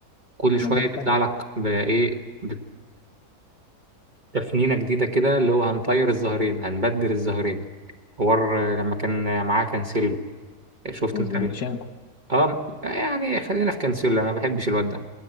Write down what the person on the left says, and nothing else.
ده مختلف
وزينتشينكو